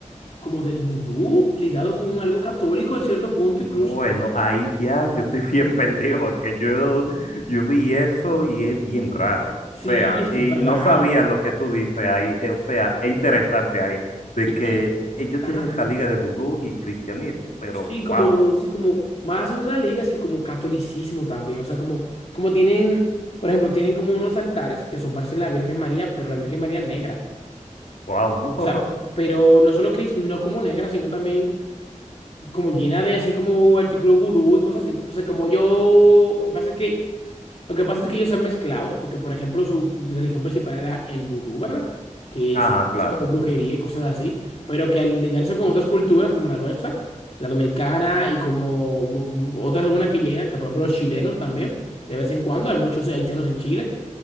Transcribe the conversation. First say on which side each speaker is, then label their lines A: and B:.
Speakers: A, on the left; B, on the left.
A: como del vudú, ligado con algo católico en cierto punto, incluso.
B: Bueno, ahí ya yo estoy bien <laughs> perdido, porque yo, yo vi eso y es bien raro.
A: Sí,
B: O sea,
A: es
B: y
A: súper
B: no
A: raro.
B: sabía lo que tú dices ahí, eh, o sea, es interesante ahí, de
A: Es
B: que
A: que,
B: ellos
A: ajá.
B: tienen esa liga de vudú y cristianismo, pero
A: Sí,
B: wow,
A: como, sí, como más una liga, así como catolicismo también. O sea, como, como tienen, por ejemplo, tienen como unos altares que son parecen la Virgen María, pero la Virgen María negra.
B: wow.
A: O sea, pero no solo que es no como negra, sino también como llena de así como artículos vudú y cosas así. Entonces, como yo, pasa que, lo que pasa es que ellos se han mezclado, porque por ejemplo su religión principal era el vudú, ¿verdad? Que
B: <laughs>
A: sí,
B: Ajá, claro.
A: eso como brujería y cosas así, pero que al ligarse con otras culturas como la nuestra, la dominicana y como mu- otras algunas que llegan, que por ejemplo los chilenos también, de vez en cuando, hay muchos haitianos en Chile